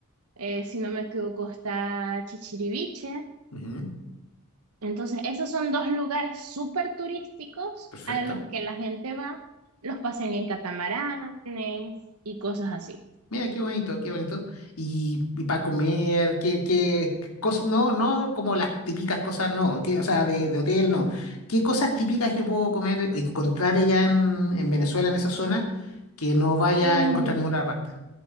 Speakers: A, on the right; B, on the left.
A: eh, si no me equivoco, está Chichiriviche.
B: ujú.
A: Entonces, esos son dos lugares súper turísticos
B: Perfecto.
A: a los que la gente va, los pasean en catamaranes y cosas así.
B: Mira, qué bonito, qué bonito. Y, para comer, qué, qué cosas, no, no como las típicas cosas, no, que, o sea, de, de hotel, no. ¿Qué cosas típicas yo puedo comer, encontrar allá en, en Venezuela, en esa zona, que no vaya
A: En,
B: a encontrar en ninguna otra parte?